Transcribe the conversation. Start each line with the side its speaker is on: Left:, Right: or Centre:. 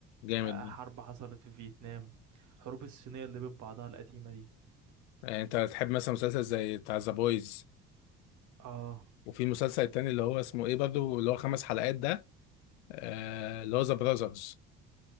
Left: جامد
Right: آه
Left: ده.
Right: حرب حصلت في فيتنام حروب الصينية اللي بين بعضها القديمة دي
Left: يعني انت تحب مثلا مسلسل زي بتاع ذا بويز
Right: اه,
Left: وفي مسلسل تاني اللي هو اسمه ايه برضو اللي هو خمس حلقات ده آه اللي هو ذا براذرز